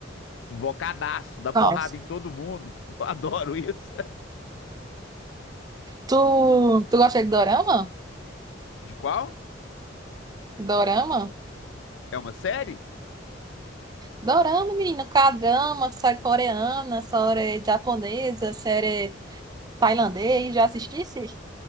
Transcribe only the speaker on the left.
Invocadaço, dá porrada
em todo mundo. <laughs> Eu adoro isso.
De qual?
É uma série?